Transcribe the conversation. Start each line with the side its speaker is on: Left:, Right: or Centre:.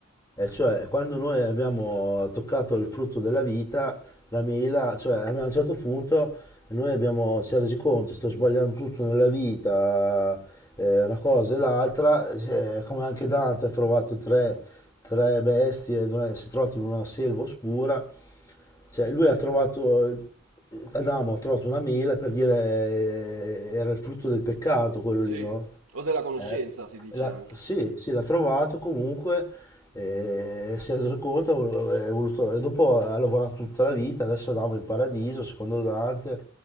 Left: E cioè, quando noi abbiamo toccato il frutto della vita, la mela, cioè a un certo punto noi abbiamo, si è resi conto, sto sbagliando tutto nella vita, eh, una cosa e l'altra, eh, come anche Dante ha trovato tre, tre bestie, dove si è trovato in una selva oscura, cioè lui ha trovato, Adamo ha trovato una mela per dire eh, era il frutto del peccato quello
Right: Sì.
Left: lì, no?
Right: O della conoscenza,
Left: Eh,
Right: si dice
Left: la-
Right: anche.
Left: sì, sì, l'ha trovato comunque, eh, si è reso conto, eh, è voluto- e dopo ha lavorato tutta la vita, adesso andiamo in paradiso, secondo Dante,